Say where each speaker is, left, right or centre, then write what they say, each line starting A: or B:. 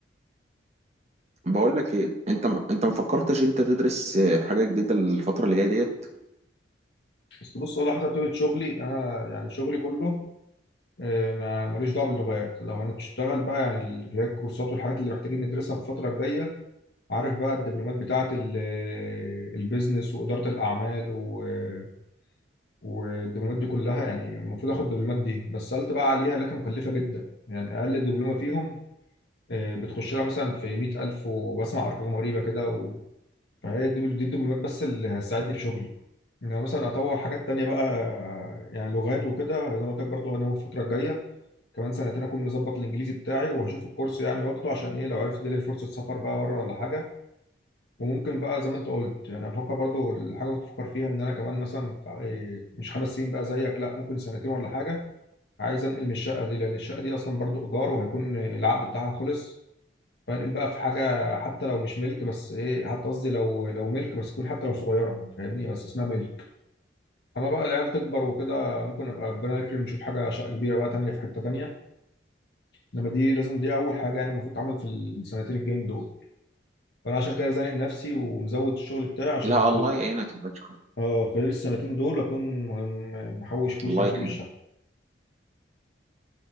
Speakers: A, on the right (about 35°); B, on the left (about 60°).
A: بقول لك ايه انت م- انت ما فكرتش انت تدرس آه، حاجة جديدة الفترة اللي جاية ديت
B: بس بص والله حسب طبيعه شغلي انا يعني شغلي كله آه، ما- ملوش دعوه باللغات لو هنشتغل بقى يعني ال- هي الكورسات والحاجات اللي محتاجين ندرسها في الفتره الجايه عارف بقى الدبلومات بتاعه ال- البيزنس واداره الاعمال و- والدبلومات دي كلها يعني المفروض اخد الدبلومات دي بس سالت بقى عليها لقيتها مكلفه جدا يعني اقل دبلومه فيهم آه، بتخش لها مثلا في 100000 وبسمع ارقام غريبه كده و... فهي دي دي الدبلومات بس اللي هتساعدني في شغلي انما مثلا اطور حاجات تانية بقى آه، يعني لغات وكده زي ما قلت لك برضه هناوي الفتره الجايه كمان سنتين اكون مظبط الانجليزي بتاعي وهشوف الكورس يعني واخده عشان ايه لو عرفت ده ليه فرصه سفر بقى بره ولا حاجه وممكن بقى زي ما انت قلت يعني بفكر برضو الحاجه اللي كنت بفكر فيها ان انا كمان مثلا إيه، مش خمس سنين بقى زيك لا ممكن سنتين ولا حاجه عايز انقل من الشقه دي لان الشقه دي اصلا برضو ايجار وهيكون العقد بتاعها خلص فانقل بقى في حاجه حتى لو مش ملك بس ايه حتى قصدي لو لو ملك بس تكون حتى لو صغيره فاهمني بس اسمها ملك اما بقى العيال تكبر وكده ممكن ابقى ربنا يكرم نشوف حاجه شقه كبيره بقى تانيه في حته تانيه انما دي لازم دي اول حاجه يعني المفروض تعمل في السنتين الجايين دول فانا عشان كده زانق نفسي ومزود الشغل بتاعي عشان
A: لا الله
B: خلال-
A: يعينك يا باشا
B: اه خلال السنتين دول اكون م- م- محوش فلوس
A: الله
B: عشان اجيب الشقه